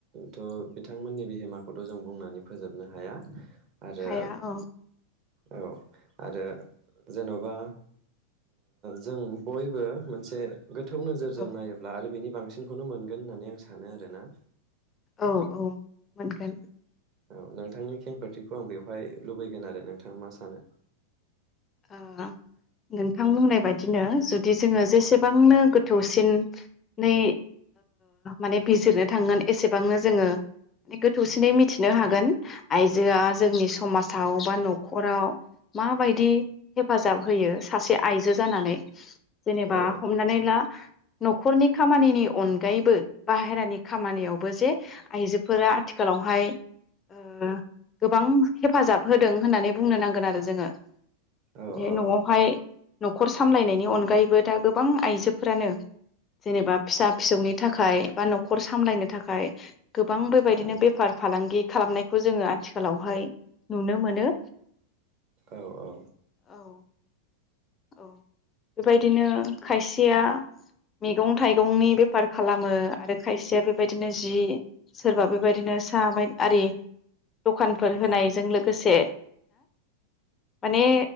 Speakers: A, on the right (about 35°); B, on the left (about 25°).
A: थ' बिथांमोननि बिहोमाखौथ' जों बुंनानै फोजोबनो हाया। आरो
B: हाया औ।
A: औ आरो जेन'बा जों ओ बयबो मोनसे गोथौ नोजोरजों
B: औ
A: नायोब्ला आरो बेनि बां सिनखौनो मोन गोन होननानै आं सानो आरोना।
B: औ औ मोनगोन।
A: औ नोंथांनि खेंफोरथिखौ आं बेवहाय लुबैगोन आरो नोंथाङा मा सानो?
B: ओ नोंथां बुंनाय बायदिनो जुदि जोङो जेसेबांनो गोथौसिनै माने बिजिरनो थांगोन एसेबांनो जोङो म गोथौसिनै मिथिनो हागोन आइजोआ जोंनि समाजाव बा न'खराव माबायदि हेफाजाब होयो सासे आइजो जानानै जेनेबा
A: औ
B: हमनानै ला न'खरनि खामानिनि अनगायैबो बाहेरानि खामानियावबो जे आइजोफोरा आथिखालावहाय ओ गोबां हेफाजाब होदों होननानै बुंनो नांगोन आरो जोङो।
A: औ
B: ओरैहाय
A: औ
B: न'आवहाय न'खर सामलायनायनि अनगायैबो दा गोबां आइजोफोरानो जेनेबा फिसा फिसौनि थाखाय बा न'खर सामलायनो थाखाय गोबां बेबायदिनो
A: औ
B: बेफार फालांगि खालामनायखौ जोङो आथिखालावहाय नुनो मोनो।
A: औ औ।
B: औ। औ बेबायदिनो खायसेया मैगं थाइगंनि बेफार खालामो आरो खायसेया बेबायदिनो जि सोरबा बेबायदिनो साहा बाय आरि दखानफोर होनायजों
A: औ
B: लोगोसे माने